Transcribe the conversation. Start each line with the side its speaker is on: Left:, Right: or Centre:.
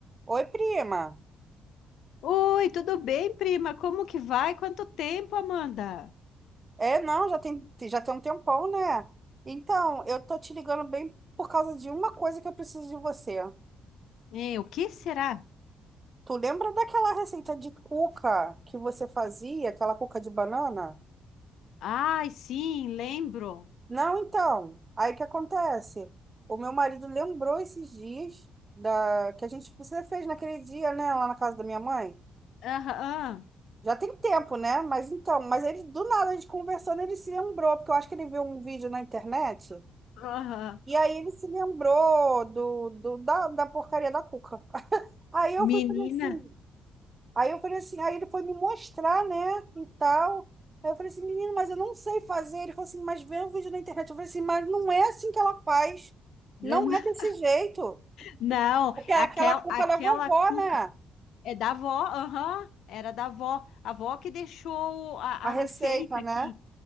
Right: Oi, prima.
Left: Oi, tudo bem, prima? Como que vai? Quanto tempo, Amanda?
Right: É, não, já tem, já tem um tempão, né? Então, eu tô te ligando bem por causa de uma coisa que eu preciso de você.
Left: É, o que será?
Right: Tu lembra daquela receita de cuca que você fazia, aquela cuca de banana?
Left: Ai, sim, lembro.
Right: Não, então. Aí o que acontece? O meu marido lembrou esses dias da que a gente você fez naquele dia, né, lá na casa da minha mãe.
Left: Aham,
Right: Já tem tempo, né? Mas então, mas ele do nada a gente conversando, ele se lembrou, porque eu acho que ele viu um vídeo na internet
Left: aham.
Right: E aí ele se lembrou do, do- da, da porcaria da cuca. <laughs> Aí eu
Left: Menina.
Right: fui falei assim, aí eu falei assim, aí ele foi me mostrar, né, e tal. Aí eu falei assim, menino, mas eu não sei fazer. Ele falou assim, mas vê um vídeo na internet. Eu falei assim, mas não é assim que ela faz.
Left: <laughs>
Right: Não é desse jeito.
Left: Não,
Right: Porque é
Left: aquel,
Right: aquela cuca
Left: aquela
Right: da vovó,
Left: cuca
Right: né?
Left: é da avó, aham, era da avó. A avó que deixou a,
Right: A
Left: a receita
Right: receita,
Left: aqui.
Right: né?